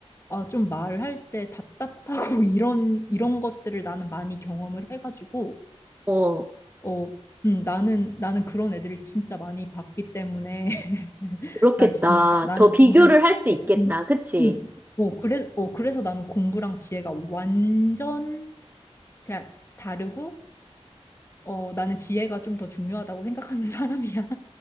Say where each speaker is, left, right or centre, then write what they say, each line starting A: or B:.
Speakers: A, on the left (about 25°); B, on the right (about 15°).
A: 아, 좀 말할 때 답답하고 <laughs> 이런 이런 것들을 나는 많이 경험을 해가지고
B: 어,
A: 어, 음, 나는 나는 그런 애들을 진짜 많이 봤기 때문에
B: 그렇겠다.
A: 나 진짜 나는
B: 더 비교를
A: 완전
B: 할 수 있겠다.
A: 어, 공-
B: 그치?
A: 음. 어, 그래 어 그래서 나는 공부랑 지혜가 완전 그냥 다르고 어 나는 지혜가 좀 더 중요하다고 생각하는 <laughs> 사람이야.